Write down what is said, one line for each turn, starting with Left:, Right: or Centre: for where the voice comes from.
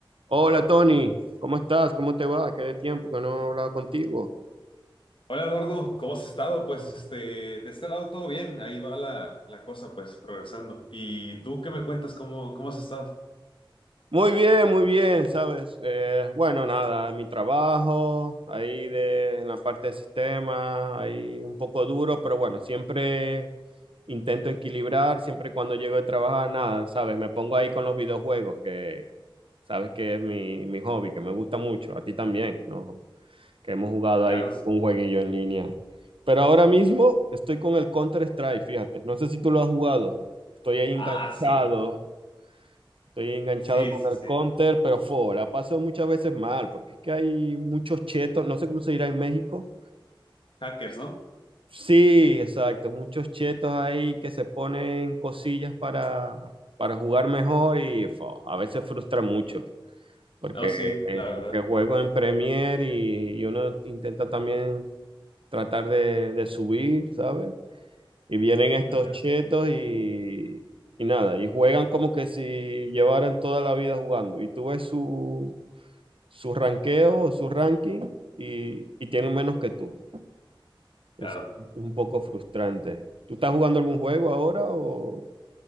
Right: Hola Tony, ¿cómo estás? ¿Cómo te va? Qué de tiempo que no he hablado contigo.
Left: Hola Eduardo, ¿cómo has estado? Pues este, de este lado todo bien, ahí va la, la cosa, pues progresando. ¿Y tú qué me cuentas? ¿Cómo, cómo has estado?
Right: Muy bien, muy bien, ¿sabes? Eh, bueno, nada, mi trabajo, ahí de, en la parte de sistemas, ahí un poco duro, pero bueno, siempre intento equilibrar, siempre cuando llego de trabajar, nada, ¿sabes? Me pongo ahí con los videojuegos, que sabes que es mi, mi hobby, que me gusta mucho, a ti también, ¿no? que hemos jugado
Left: Claro.
Right: ahí un jueguillo en línea. Pero ahora mismo estoy con el Counter-Strike, fíjate. No sé si tú lo has jugado. Estoy ahí enganchado.
Left: Ah, sí,
Right: Estoy enganchado
Left: sí,
Right: con
Left: sí,
Right: el
Left: sí.
Right: Counter, pero fo, la paso muchas veces mal, porque es que hay muchos chetos, no sé cómo se dirá en México.
Left: Hackers, ¿no?
Right: Sí, exacto, muchos chetos ahí que se ponen cosillas para, para jugar mejor y fo, a veces frustra mucho, porque,
Left: No, sí, la verdad.
Right: porque juego en Premier y, y uno intenta también tratar de, de subir, ¿sabes? Y vienen estos
Left: Ujú,
Right: chetos y, y nada, y juegan como que si llevaran toda la vida jugando. Y tú ves su, su ranqueo o su ranking y, y tienen menos que tú. Entonces,
Left: Claro.
Right: un poco frustrante. ¿Tú estás jugando algún juego ahora o...?